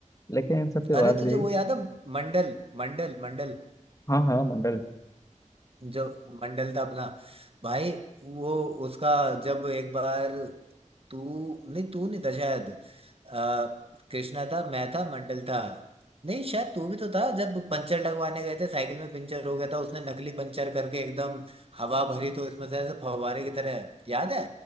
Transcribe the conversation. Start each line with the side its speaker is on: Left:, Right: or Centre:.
Left: लेकिन इन सब के बाद
Right: अरे तुझे
Left: भी
Right: वो याद है मंडल मंडल मंडल
Left: हाँ हाँ मंडल
Right: जो मंडल था अपना भाई वो उसका जब एक बार तू नहीं तू नहीं था शायद आ, कृष्णा था मैं था मंडल था नहीं शायद तू भी तो था जब पंचर लगवाने गए थे साइकिल में पंचर हो गया था उसने नकली पंचर करके एकदम हवा भरी तो इसमें से ऐसे फव्वारे की तरह याद है